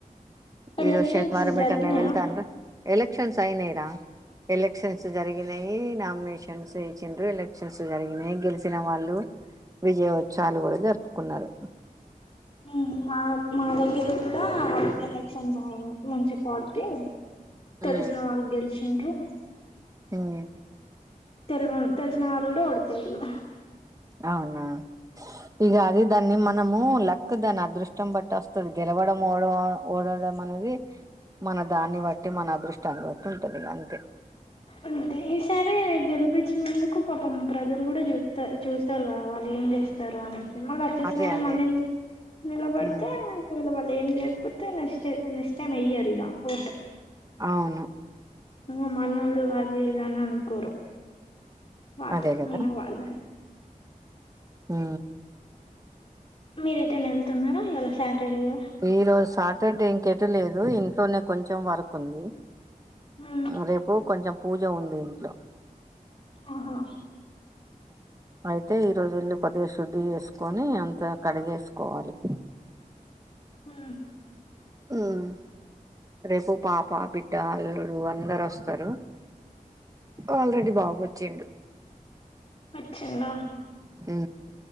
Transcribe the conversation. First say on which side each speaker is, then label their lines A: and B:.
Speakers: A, on the left; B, on the right.
A: ఎలక్షన్స్
B: ఈరోజు శనివారం
A: జరిగినాయా
B: ఏటన్న వెళ్తాన్రా ఎలక్షన్స్ అయినైరా ఎలక్షన్స్ జరిగినాయి నామినేషన్స్ ఎచ్చిన్రు ఎలక్షన్స్ జరిగినాయి గెలిసిన వాళ్ళు విజయోత్సవాలు కూడా జరుపుకున్నారు
A: ఉమ్ మా మా దగ్గర కూడా ఎలక్షన్స్ అయినై మున్సిపాలిటీ తెల్సనా
B: ఉమ్,
A: వాల్ గెలిసింరు
B: ఉమ్
A: తెలిన్ తెలిసిన వాళ్ళు కూడా ఓడిపోయళు
B: అవునా ఇక అది దాన్ని మనము లక్ దాన్ని అదృష్టం బట్టి వస్తుంది గెలవడం ఓడవడంము ఓడడం అనేది మన దాన్ని బట్టి మన అదృష్టాన్ని బడుతుంటది ఇగ అంతే
A: అంతే ఈసారి గెలిపించినందుకు పాపం ప్రజలు కూడా చూస్త చూస్త ఇస్తారు కదా వాళ్ళు ఏం చేస్తారు అనిసి మళ్ళ అతిసారి
B: అదే అదే
A: మళ్ళీ నిలబడితే
B: ఉమ్
A: కూల వల్ల ఏం చేయకపోతే నెక్స్ట్ నెక్స్ట్ టైం ఎయ్యరు ఇగ ఓటు
B: అవును
A: ను మనోడు అదేద ఇది అనుకోరు వాళ్ళ
B: అదే కదా
A: మన వాళ్ళ
B: హు
A: మీరు ఎటైనా వెళ్తున్నారా ఈరోజు సాటర్డే గా
B: ఈరోజు సాటర్డే ఇంకెటు లేదు ఇంట్లోనే కొంచెం వర్క్ ఉంది
A: హ
B: రేపు కొంచెం పూజ ఉంది ఇంట్లో
A: ఆహా
B: అయితే ఈ రోజు ఇల్లు కొద్దిగా శుద్ధి చేేసుకొని అంత కడిగేసుకోవాలి
A: ఆ
B: ఉమ్ రేపు పాప బిడ్డ అల్లుడు అందరు వస్తారు ఆల్రెడీ బాబు వచ్చిండు
A: అచ్చిందా
B: హు